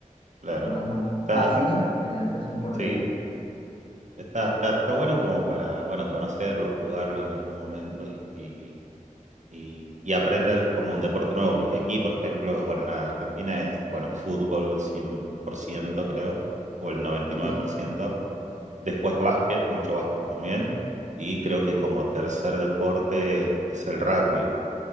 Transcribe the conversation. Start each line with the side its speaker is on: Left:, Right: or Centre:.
Right: claro.
Left: o las más básicas,
Right: Está,
Left: que ya después son por
Right: sí,
Left: regla.
Right: está, está, está bueno como para, bueno, conocerlo, jugarlo en algún momento y, y, y, y- y aprender como un deporte nuevo, porque aquí, por ejemplo, bueno, nada, Argentina es, bueno, fútbol 100% creo, o el noventa y nueve
Left: <laughs>
Right: por ciento. Después básquet, mucho básquet también. Y creo que como tercer deporte es el rugby.